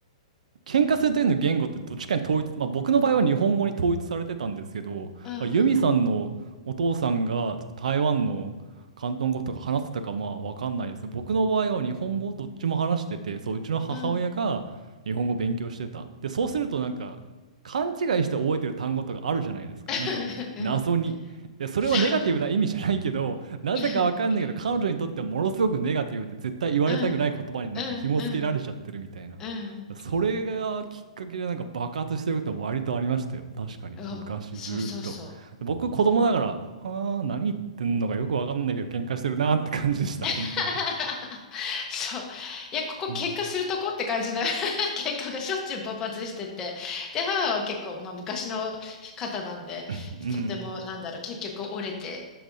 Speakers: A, on the right; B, on the left.
A: 喧嘩するというの言語ってどっちかに統一、まあ、僕の場合は日本語に統一されてたんですけど、
B: うんうん
A: まあ、ユミさんのお父さんが台湾の広東語とか話してたかまあわかんないです。僕の場合は日本語どっちも話してて、そう、うちの母親が日本語を勉強してた。
B: うん。
A: で、そうするとなんか勘違いして覚えてる単語とかあるじゃないですか。
B: <laughs>
A: なんか謎に。
B: うん。
A: いや、それはネガティブな意味じゃないけど、
B: そう。
A: なぜかわかんないけど、
B: <laughs>
A: 彼女にとってはものすごくネガティブで絶対言われたくない言葉になんか紐付けられちゃってるみたいな。
B: うん。うん。うん。うん。うん
A: だそれがきっかけでなんか爆発してるって割とありましたよ。確かに。
B: うんそうそうそ
A: 昔ずーっと。で僕子供ながら、
B: う。もう
A: はあ、何言ってんのかよくわかんないけど喧嘩してるなーって感じでした。本当に。
B: <laughs>。そう。いや、ここ喧嘩するとこって感じの
A: うん。
B: <laughs> 喧嘩がしょっちゅう勃発してて。で、母は結構、まあ、昔の方なんで、
A: うん、
B: とても、なんだろう、結局折れて、